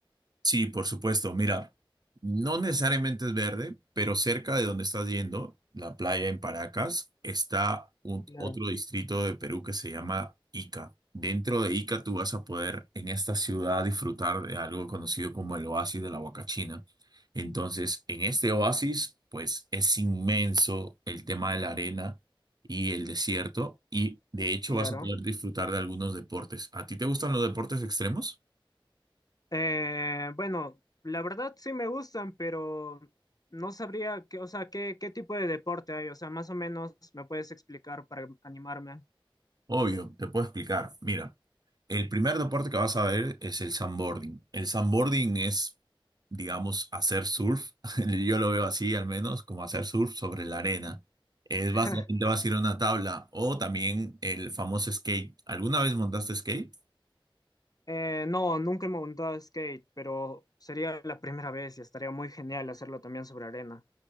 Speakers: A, on the right (about 50°); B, on the left (about 45°).
A: Sí, por supuesto. Mira, no necesariamente es verde, pero cerca de donde estás yendo, la playa en Paracas, está un-
B: Claro.
A: otro distrito de Perú que se llama Ica. Dentro de Ica tú vas a poder en esta ciudad disfrutar de algo conocido como el oasis de la Huacachina. Entonces, en este oasis, pues es inmenso el tema de la arena y el desierto y de hecho
B: Claro.
A: vas a poder disfrutar de algunos deportes. ¿A ti te gustan los deportes extremos?
B: Eh, bueno, la verdad sí me gustan, pero no sabría qué, o sea, qué, qué tipo de deporte hay. O sea, más o menos me puedes explicar para animarme.
A: Obvio, te puedo explicar. Mira. El primer deporte que vas a ver es el sandboarding. El sandboarding es, digamos, hacer surf. <laughs> Yo lo veo así, al menos, como hacer surf sobre la arena. Es
B: <laughs>
A: básicamente vas a ir a una tabla o también el famoso skate. ¿Alguna vez montaste skate?
B: Eh, no, nunca me he montado a skate, pero sería la primera vez y estaría muy genial hacerlo también sobre arena.